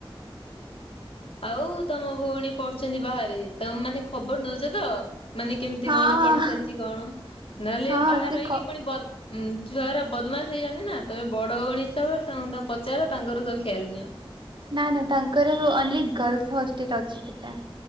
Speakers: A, on the left; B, on the right.
A: ଆଉ ତମ ଭଉଣୀ ପଢୁଛନ୍ତି ବାହାରେ। ତମେ ମାନେ ଖବର ନଉଛ ତ? ମାନେ କେମିତି
B: ହଁ
A: କଣ
B: ହଁ
A: ପଢା ଚାଲିଛି କଣ? ନହେଲେ
B: ହଁ
A: ବାହାରେ
B: ସେ
A: ରହିକି
B: କ
A: ପୁଣି ବଦ ହୁଁ, ଛୁଆଗୁରା ବଦମାସ ହେଇଯାନ୍ତି ନା ତମେ ବଡଭଉଣୀ ହିସାବରେ ତ ତାଙ୍କୁ ପଚାର, ତାଙ୍କର ସବୁ ଖିଆଲ ନିଅ।
B: ନା ନା, ତାଙ୍କର ଓନ୍ଲି ଗର୍ଲସ ହଷ୍ଟେଲ ଅଛି ସେଟା।